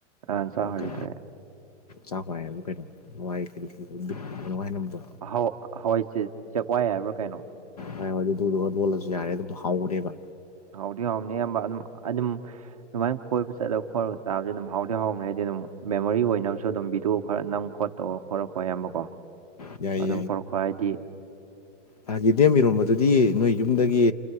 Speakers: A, on the right; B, on the left.
A: ꯑ ꯆꯥ
B: ꯑꯣꯀꯦ
A: ꯍꯥꯏꯔꯁꯨ ꯊꯣꯛꯑꯦ
B: ꯆꯏ ꯍꯥꯏꯕ ꯀꯩꯅꯣ ꯍꯋꯥꯏꯣ ꯍꯥꯏ
A: ꯍ ꯑꯩꯣꯏꯁꯦ ꯆꯦꯛꯋꯥꯏ ꯍꯥꯏꯕ꯭ꯔꯥ ꯀꯩꯅꯣ
B: ꯍ ꯍꯣꯏ ꯑꯗꯨꯗꯨ ꯂꯣꯜꯂꯁꯨ ꯌꯥꯔꯦ ꯑꯗꯨꯝ ꯍꯥꯎꯈꯔꯦꯕ
A: ꯍꯥꯎꯗꯤ ꯍꯥꯎꯅꯤ ꯑꯌꯥꯝꯕ ꯑꯗꯨꯝ ꯑꯗꯨꯝ ꯑꯗꯨꯃꯥꯏꯅ ꯈꯣꯏꯕ ꯆꯠꯂꯒ ꯈꯣꯠꯂꯒ ꯆꯥꯕꯁꯦ ꯑꯗꯨꯝ ꯍꯥꯎꯗꯤ ꯍꯥꯎꯅ ꯍꯥꯏꯗꯤ ꯑꯗꯨꯝ ꯃꯦꯃꯣꯔꯤ ꯑꯣꯏꯅꯕꯁꯨ ꯑꯗꯨꯝ ꯚꯗꯤꯑꯣ ꯈꯔ ꯅꯝ ꯈꯣꯠ ꯇꯧ ꯈꯣꯔꯛꯄ ꯑꯌꯥꯝꯕꯀꯣ
B: ꯌꯥꯏꯌꯦ
A: ꯑꯗꯨꯝ ꯐꯣꯔꯛꯄ ꯍꯥꯏꯗꯤ
B: ꯐꯥꯒꯤꯦ ꯗꯦꯝ ꯏꯔꯣꯝꯕꯗꯨꯗꯤ ꯅꯣꯏ ꯌꯨꯝꯗꯒꯤ